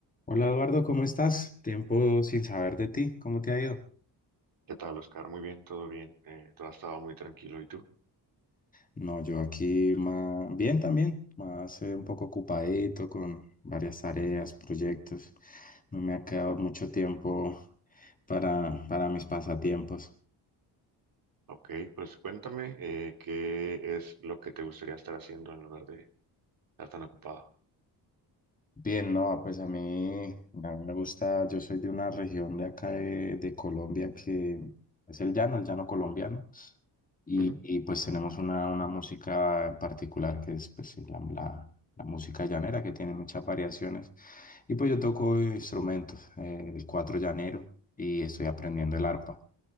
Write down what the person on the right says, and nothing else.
¿Qué tal, Oscar? Muy bien, todo bien. Eh, todo ha estado muy tranquilo. ¿Y tú?
Ok, pues cuéntame eh, qué es lo que te gustaría estar haciendo en lugar de estar tan ocupado.
Ujú,